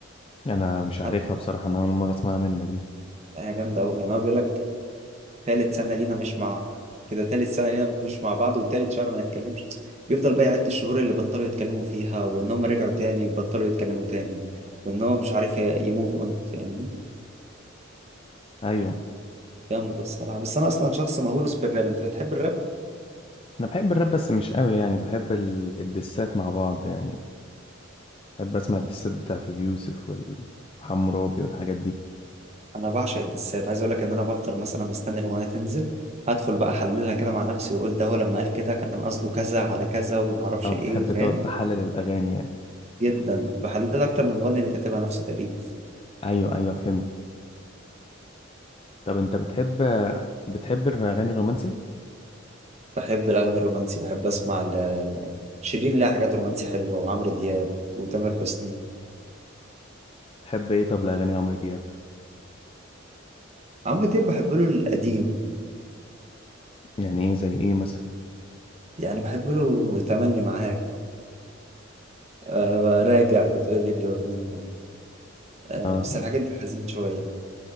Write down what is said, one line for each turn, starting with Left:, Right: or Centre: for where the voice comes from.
Left: أنا مش عارفها
Right: حتى
Left: بصراحة أنا أول مرة أسمعها منك دي
Right: هي جامدة قوي يعني هو بيقول لك تالت سنة لينا مش مع كده تالت سنة لينا مش مع بعض وتالت شهر ما نتكلمش بيفضل بقى يعد الشهور اللي بطلوا يتكلموا فيها وانهم رجعوا تاني وبطلوا يتكلموا تاني وانهم مش عارف يموف اون فاهمني
Left: أيوه
Right: جامدة الصراحة بس انا اصلا شخص مهووس بالراب انت بتحب الراب
Left: أنا بحب الراب بس مش قوي يعني بحب ال- الدسات مع بعض يعني بحب أسمع الدسات بتاعت أبيوسف وال- وحمورابي والحاجات دي
Right: انا بعشق الدسات عايز اقول لك ان انا بفضل مثلا مستني الاغنية تنزل ادخل بقى احللها كده مع نفسي واقول ده هو لما قال كده كان قصده كذا على كذا وما اعرفش
Left: أو
Right: ايه
Left: بتحب
Right: فاهم
Left: تقعد تحلل الأغاني يعني
Right: جدا بحللها اكتر من المغني اللي كاتبها نفسه تقريبا
Left: ايوه ايوه فهمت طب انت بتحب بتحب الاغاني الرومانسي
Right: بحب الأغاني الرومانسي بحب أسمع ل... شيرين لها حاجات رومانسي حلوة وعمرو دياب وتامر حسني
Left: تحب ايه طب الاغاني لعمرو دياب
Right: عمرو دياب بحب له القديم
Left: يعني ايه زي ايه مثلا
Right: يعني بحب له تملي معاك أه راجع بتقولي اللي هو منا أه
Left: اه
Right: بس الحاجات دي حزين شوية